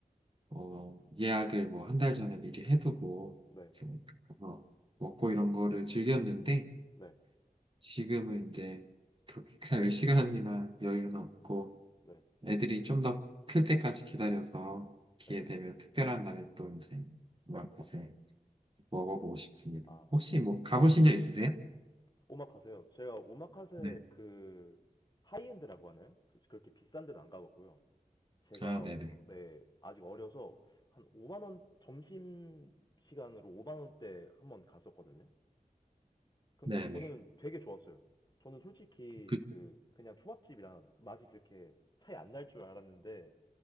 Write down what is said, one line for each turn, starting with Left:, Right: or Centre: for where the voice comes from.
Right: 어 예약을 뭐 한 달 전에 미리 해두고
Left: 네,
Right: 이제 가서 먹고 이런 거를 즐겼는데
Left: 네,
Right: 지금은 이제 그렇게 갈 <laughs> 시간이나 여유는 없고
Left: 네,
Right: 애들이 좀 더 클 때까지 기다려서 기회
Left: 네.
Right: 되면 특별한 날에 또 이제 뭐 이제 먹어보고 싶습니다.
Left: 아,
Right: 혹시 뭐 가보신 적 있으세요?
Left: 오마카세요. 제가 오마카세
Right: 네.
Left: 그 하이엔드라고 하나요? 그, 그렇게 비싼 데는 안 가봤고요. 제가
Right: 아, 네네.
Left: 네 아직 어려서 한 5만 원 점심 시간으로 5만 원대 한번 갔었거든요. 근데
Right: 네네.
Left: 저는 되게 좋았어요. 저는 솔직히
Right: 그,
Left: 그 그냥 초밥집이랑 맛이 그렇게 차이 안날 줄 알았는데